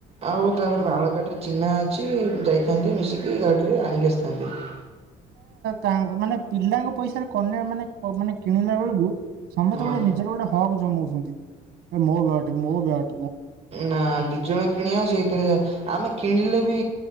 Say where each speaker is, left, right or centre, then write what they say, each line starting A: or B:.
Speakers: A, on the right (about 35°); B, on the right (about 70°).
A: ଆଉ ତାପରେ ବାଳକାଟିରେ
B: ଆଉ
A: ଚିହ୍ନା ଅଛି, ଯାଇଥାନ୍ତି ମିଶିକି ଗାଡିରେ ଆଣିକି ଆସି- <unintelligible>
B: ତା ମାନେ ପିଲାଙ୍କ ପଇସାରେ କନ୍ୟା ମାନେ କିଣିଲା ବେଳକୁ ସମତେ
A: ହଁ
B: ଗୋଟେ ନିଜର ଗୋଟେ ହକ ଜମଉଛନ୍ତି ଏ ମୋ ବ୍ୟାଟ ମୋ ବ୍ୟାଟେ
A: ନା ଦି ଜଣ କିଣିବା ସେଇଥିରେ ଯା ଆମେ କିଣିଲେ ବି